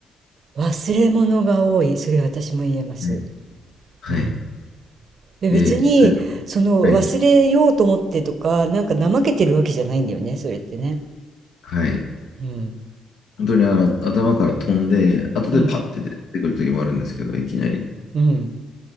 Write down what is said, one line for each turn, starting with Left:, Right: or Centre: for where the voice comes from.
Right: 忘れ物が多い。それ私も言えます。
Left: ね。はい。
Right: うん。で別に、
Left: で、そういうとこ。
Right: その忘れようと思ってとか、
Left: はい。
Right: なんか怠けてるわけじゃないんだよね、それってね。
Left: はい。
Right: うん、
Left: 本当にあの頭から飛んで、後でパッて出てくる時もあるんですけど、
Right: うん、
Left: いきなり。
Right: うん。